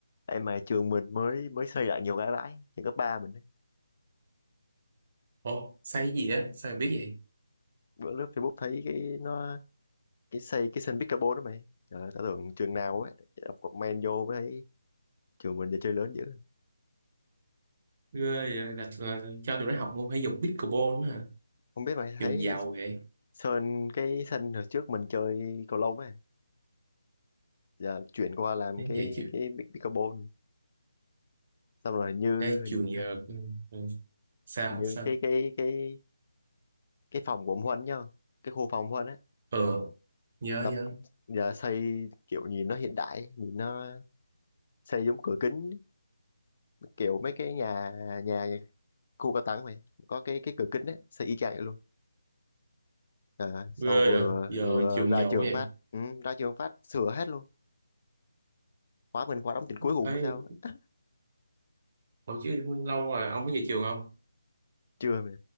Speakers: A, on the left; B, on the right.
A: em mà trường mình mới mới xây lại nhiều cái bãi trường cấp ba mình ấy.
B: Ủa, sai cái gì á? Sao mà biết vậy?
A: bữa lướt Facebook thấy cái nó cái xây cái sân pickleball đó mày trời ơi tao tưởng trường nào ấy đọc comment vô mới thấy trường mình giờ chơi lớn dữ
B: Ghê vậy? Là, là cho tụi nó học môn thể dục pickleball nữa hả?
A: không biết mày
B: Trường
A: thấy
B: giàu vậy.
A: sơn cái sân hồi trước mình chơi cầu lông ấy giờ chuyển qua làm
B: Đến
A: cái
B: vậy chứ.
A: cái pick- pickleball xong rồi hình như
B: Ê,
A: hình,
B: trường giờ... ừ, ừ, Sao?
A: hình như
B: Sao?
A: cái cái cái cái phòng của ông Huân nhá cái khu phòng ông Huân á
B: Ờ, nhớ
A: đập
B: nhớ.
A: giờ xây kiểu nhìn nó hiện đại nhìn nó xây giống cửa kính kiểu mấy cái nhà nhà khu cao đẳng mày có cái cái cửa kính đấy xây y chang vậy luôn à, sau
B: Ghê
A: vừa,
B: vậy? Giờ
A: vừa
B: trường
A: ra
B: giàu
A: trường
B: quá vậy.
A: phát ừ, ra trường phát sửa hết luôn khóa mình khóa đóng trình cuối cùng
B: Thấy,
A: mới sao á.
B: hồi chứ lâu rồi ông có về trường không?
A: chưa mày